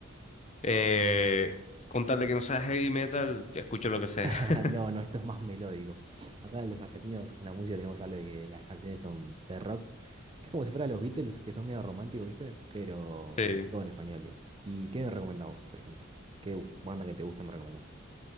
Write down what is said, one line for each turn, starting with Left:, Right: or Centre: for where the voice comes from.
Left: Eh, con tal de que no sea heavy metal, escucho lo que sea.
Right: <laughs> Ah,
Left: <laughs>
Right: No, no, esto es más melódico. Acá los argentinos con la música tenemos algo de que las canciones son de rock. Es como si fuera los Beatles, que son medio románticos, ¿viste? Pero
Left: Sí.
Right: todo en español, digamos. ¿Y qué me recomendás vos, por ejemplo? ¿Qué banda que te gusta me recomendás?